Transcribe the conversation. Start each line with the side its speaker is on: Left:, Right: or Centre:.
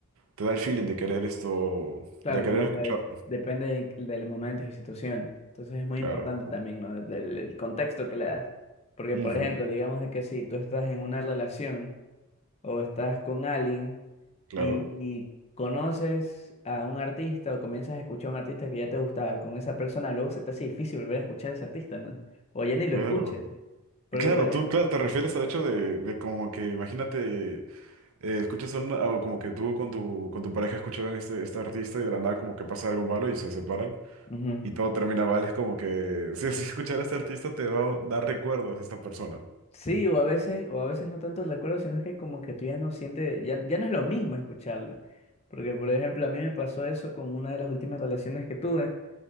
Right: te da el feeling de querer esto,
Left: Claro,
Right: de querer
Left: como
Right: escucharlo.
Left: que de- depende de- del momento y situaciones, entonces es muy
Right: Claro.
Left: importante también, ¿no? Del, del contexto que le das, porque
Right: Ujú,
Left: por ejemplo, digamos de que si tú estás en una relación o estás con alguien
Right: claro,
Left: y, y conoces a un artista o comienzas a escuchar a un artista que ya te gustaba con esa persona, luego se te hace difícil volver a escuchar a ese artista, ¿no? O ya ni
Right: claro.
Left: lo escuches, porque
Right: Claro,
Left: por ejemplo...
Right: tú, claro, te refieres al hecho de, de como que, imagínate. eh, escuchas un- o como que tú con tu, con tu pareja escuchaban este, este artista y de la nada como que pasa algo malo y se separan
Left: ujú.
Right: y todo termina mal. Es como que <laughs> si así escuchar a este artista te va a dar recuerdos de esta persona.
Left: Sí, o a veces, o a veces no tanto el recuerdo, sino es que como que tú ya no sientes, ya, ya no es lo mismo escucharla. Porque, por ejemplo, a mí me pasó eso con una de las últimas relaciones que tuve.